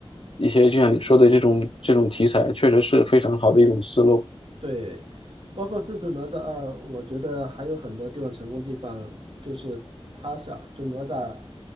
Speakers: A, on the left (about 60°); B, on the right (about 60°).
A: 一些就像你说的这种这种题材，确实是非常好的一种思路。
B: 对，包括这次哪吒二，我觉得还有很多地方成功的地方，就是他想就哪吒，